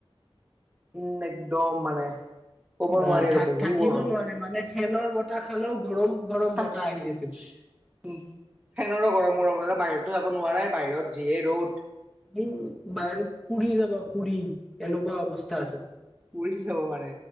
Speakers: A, on the right (about 15°); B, in the centre.
A: উম, একদম মানে। ক'ব নোৱাৰি
B: বাহ,
A: আৰু
B: থা-থাকিব
A: বহু গৰম
B: নোৱাৰি মানে, ফেনৰ বতাহ খালেও গৰম গৰম
A: উম,
B: বতাহ আহি আছিল।
A: ফেনৰো গৰম। <unintelligible> বাহিৰতো যাব নোৱাৰে বাহিৰত যিয়ে ৰ'দ।
B: উ, বাহিৰত পুৰি যাবা পুৰি, এনেকুৱা অৱস্থা আছিল।
A: পুৰি যাব মানে